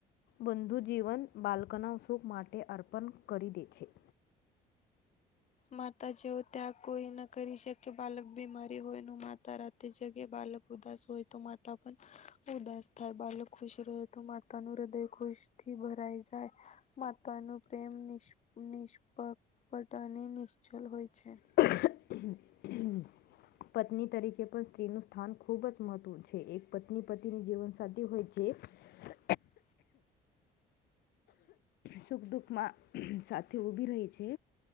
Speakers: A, on the left; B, on the left.
A: બંધુજીવન બાલ્કના સુખ માટે અર્પણ કરી દે છે.
B: માતા જેવો ત્યાગ કોઈ ન કરી શકે. બાલક બીમારી હોય ન માતા રાતે જગે બાલક ઉદાસ હોય તો માતા પણ ઉદાસ થાય. બાલક ખુશ રહે તો માતા નું હૃદય ખુશ થી ભરાઈ જાય. માતા નું પ્રેમ નિશ નિષ્પ પટ ની ની નિશ્છલ હોય છે.
A: <unintelligible> પત્ની તરીકે પણ સ્ત્રીનું સ્થાન ખૂબ જ <unintelligible> છે. એક પત્ની પતિની જીવનસાથી હોય <unintelligible> સુખ દુઃખમાં સાથે ઊભી રહી છે.